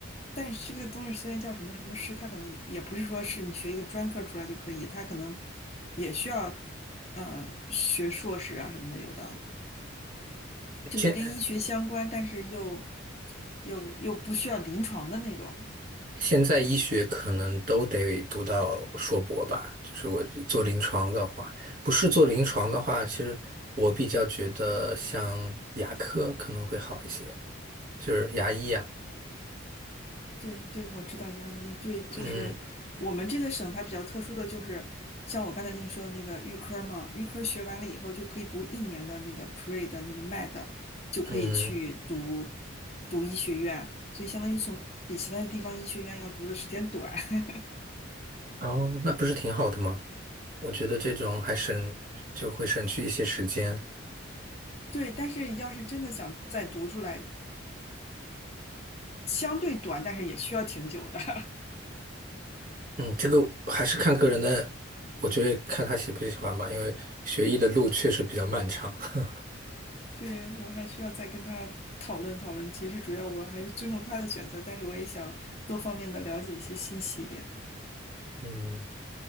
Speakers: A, on the left (about 30°); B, on the right (about 40°).
A: 但是这个东西虽然叫什么什么师，他可能也也不是说是你学一个专科出来就可以，他可能也需要呃学硕士啊什么的，有的
B: 现
A: 就是跟医学相关，但是又又又不需要临床的那种。
B: 现在医学可能都得读到硕博吧，就是我做临床的话，不是做临床的话，其实我比较觉得像牙科可能会好一些，就是牙医呀、
A: 对对，我知道牙医，对，就是我们这个省它比较特殊的就是，
B: 嗯
A: 像我刚才跟你说的那个预科嘛，预科学完了以后就可以读一年的那个 pre 的那个 med，就可以去读
B: 嗯，
A: 读医学院，所以相当于从比其他的地方医学院要读的时间短。<laughs>
B: 哦那不是挺好的吗？我觉得这种还省，就会省去一些时间。
A: 对，但是要是真的想再读出来，相对短，但是也需要挺久的。<laughs>
B: 嗯，这个还是看个人的，我觉得看他喜不喜欢吧，因为学医的路确实比较漫长。<laughs>
A: 对，我还需要再跟他讨论讨论。其实主要我还是尊重他的选择，但是我也想多方面的了解一些信息。
B: 嗯，